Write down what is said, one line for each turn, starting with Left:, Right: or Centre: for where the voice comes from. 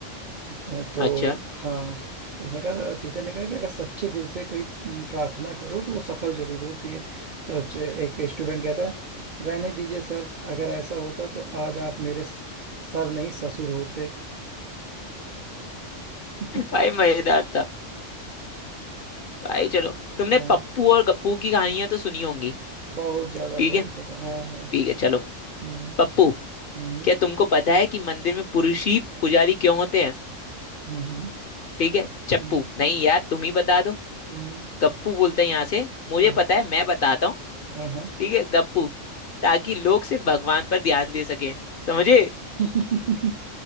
Right: ज- तो
Left: अच्छा
Right: हाँ तो उसने कहा टीचर ने कहा कि अगर सच्चे दिल से कोई म, प्रार्थना करो तो वो सफल जरूर होती है तो च- एक स्टूडेंट कहता है रहने दीजिए सर अगर ऐसा होता तो आज आप मेरे स- सर नहीं ससुर होते <laughs>
Left: भाई मजेदार था भाई चलो तुमने
Right: हाँ,
Left: पप्पू और गप्पू की कहानियां तो सुनी होंगी
Right: बहुत ज्यादा
Left: ठीक
Right: बहुत
Left: है
Right: ज्यादा हाँ हाँ
Left: ठीक है चलो
Right: Uhum,
Left: पप्पू
Right: uhum,
Left: क्या तुमको पता है कि मंदिर में पुरुष ही पुजारी क्यों होते हैं
Right: uhम,
Left: ठीक है चप्पू
Right: uhum,
Left: नहीं यार तुम ही बता दो
Right: uhum,
Left: गप्पू बोलते हैं यहाँ से मुझे
Right: आहा,
Left: पता है मैं बताता हूँ
Right: आहा,
Left: ठीक है गप्पू ताकि लोग सिर्फ भगवान पर ध्यान दे सकें समझे
Right: हम्म।